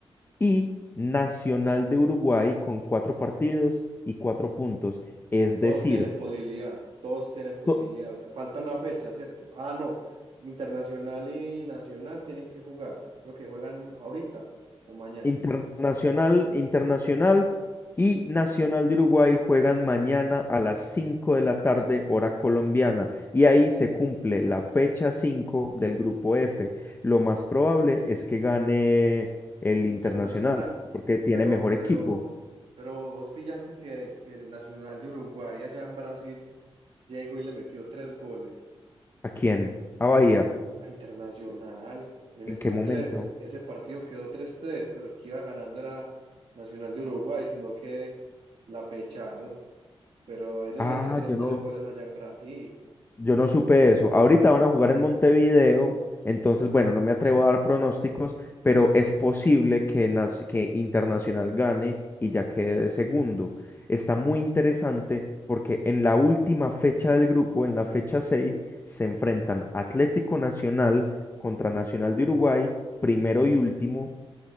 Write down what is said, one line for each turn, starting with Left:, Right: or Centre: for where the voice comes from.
Left: Y Nacional de Uruguay con cuatro partidos y cuatro puntos. Es
Right: Todos
Left: decir,
Right: tienen posibilidad, todos tienen posibilidad.
Left: to-
Right: O sea, falta una fecha, ¿cierto? Ah, no. Internacional y nacional tienen que jugar. Creo que juegan ahorita o mañana.
Left: Internacional, Internacional y Nacional de Uruguay juegan mañana a las 5 de la tarde, hora colombiana, y ahí se cumple la fecha 5 del grupo F. Lo más probable es que gane el Internacional,
Right: Internacional.
Left: porque tiene
Right: Pero,
Left: mejor equipo.
Right: pero, pero vos pillaste que, que Nacional de Uruguay allá en Brasil llegó y le metió tres goles.
Left: ¿A quién? ¿A Bahía?
Right: A Internacional le metió
Left: ¿En qué momento?
Right: tres. E- ese partido quedó tres tres, pero el que iba ganando era Nacional de Uruguay, sino que la pecharon. pero ellos
Left: Ah,
Right: le metieron
Left: yo
Right: tres
Left: no.
Right: goles allá en Brasil
Left: Yo no supe eso. Ahorita van a jugar en Montevideo, entonces, bueno, no me atrevo a dar pronósticos, pero es posible que, Nac- que Internacional gane y ya quede de segundo. Está muy interesante porque en la última fecha del grupo, en la fecha 6, se enfrentan Atlético Nacional contra Nacional de Uruguay, primero y último,